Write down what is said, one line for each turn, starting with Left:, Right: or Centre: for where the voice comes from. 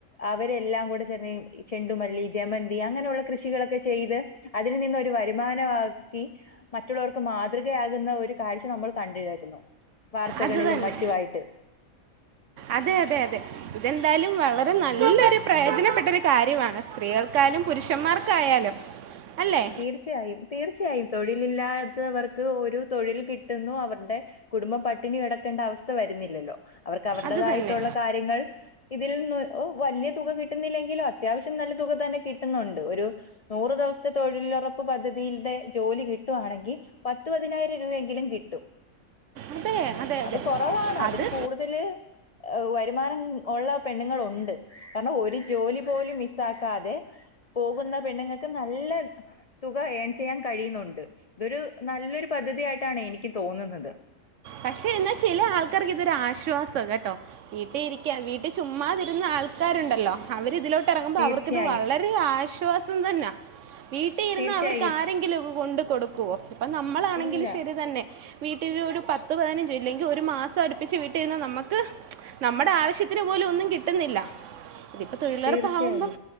Left: അവരെല്ലാം കൂടെ ചെ ഈ ചെണ്ടുമല്ലി, ജമന്തി, അങ്ങനെയുള്ള കൃഷികളൊക്കെ ചെയ്ത് അതിൽ നിന്ന് ഒരു ഒരു വരുമാനമാക്കി മറ്റുള്ളവർക്ക് മാതൃകയാകുന്ന ഒരു കാഴ്ച നമ്മൾ കണ്ടിരാരുന്നു വാർത്തകളിലും
Right: അത് തന്നെ
Left: മറ്റു ആയിട്ട്
Right: അതെ അതെ അതെ ഇതെന്തായാലും വളരെ നല്ലൊരു പ്രയോജനപ്പെട്ടരു കാര്യമാണ് സ്ത്രീകൾക്കായാലും പുരുഷന്മാർക്കായാലും
Left: <inaudible>
Right: അല്ലേ
Left: തീർച്ചയായും തീർച്ചയായും തൊഴിലില്ലാത്തവർക്ക് ഒരു തൊഴിൽ കിട്ടുന്നു അവർടെ കുടുംബം പട്ടിണി കിടക്കേണ്ട അവസ്ഥ വരുന്നില്ലല്ലോ അവർക്ക് അവരുടേതായിട്ടുള്ള
Right: അത് തന്നെ
Left: കാര്യങ്ങൾ ഇതിൽ നിന്നു ഒ വല്യ തുക കിട്ടുന്നില്ലെങ്കിലും അത്യാവശ്യം നല്ല തുക തന്നെ കിട്ടുന്നുണ്ട് ഒരു നൂറ് ദിവസത്തെ തൊഴിലുറപ്പ് പദ്ധതിൽടെ ജോലി കിട്ടുവാണെങ്കി പത്ത് പതിനായിരം രൂപയെങ്കിലും കിട്ടും
Right: അതെ അതെ അതെ
Left: അത് കൊറവാണ് അതില്
Right: അത്
Left: കൂടുതല് വരുമാനം ഉള്ള പെണ്ണുങ്ങള് ഉണ്ട് കാരണം ഒരു ജോലി പോലും മിസ്സാക്കാതെ പോകുന്ന പെണ്ണുങ്ങൾക്ക് നല്ല തുക ഏൺ ചെയ്യാൻ കഴിയുന്നുണ്ട് ഇതൊരു നല്ലൊരു പദ്ധതി ആയിട്ടാണ് എനിക്ക് തോന്നുന്നത്
Right: പക്ഷെ എന്നാ ചില ആൾക്കാർക്ക് ഇതൊരു ആശ്വാസ കേട്ടോ വീട്ടി ഇരിക്കാ വീട്ടി ചുമ്മാതിരുന്ന ആൾക്കാരുണ്ടല്ലോ അവര് തിലോട്ട് ഇറങ്ങുമ്പോ
Left: തീർച്ചയായും
Right: അവർക്കിത് വളരെ ആശ്വാസം തന്നാ വീട്ടിൽ ഇരുന്ന്
Left: തീർച്ചയായും
Right: അവർക്ക് ആരെങ്കിലും ഒക്കെ കൊണ്ട് കൊടുക്കുവോ ഇപ്പൊ നമ്മളാണെങ്കിലും
Left: ഇല്ല
Right: ശരി തന്നെ വീട്ടിൽ ഒരു പത്ത് പതിനഞ്ച് ഇല്ലെങ്കിൽ ഒരു മാസം അടുപ്പിച്ച് വീട്ടിലിരുന്ന നമ്മക്ക് നമ്മുടെ ആവശ്യത്തിന് പോലും ഒന്നും കിട്ടുന്നില്ല ഇതിപ്പോ തൊഴിലുറപ്പാവുമ്പം
Left: തീർച്ചയായും